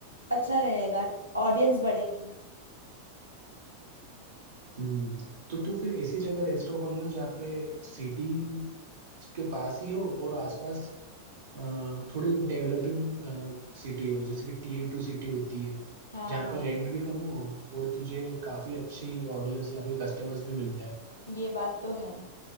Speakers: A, on the left; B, on the right.
A: अच्छा रहेगा ऑडियंस बढ़ेगी
B: हम्म तो तू फिर ऐसी जगह रेस्टोरेंट खोलना जहाँ पे सिटी के पास ही हो और आसपास अ, थोड़ी डेवलपिंग सिटी हो जैसे कि टीयर टू सिटी होती है
A: हाँ
B: जहाँ
A: हाँ
B: पे रेंट भी कम हो और तुझे काफी अच्छी ऑडियंस या फिर कस्टमर्स भी मिल जाए
A: ये बात तो है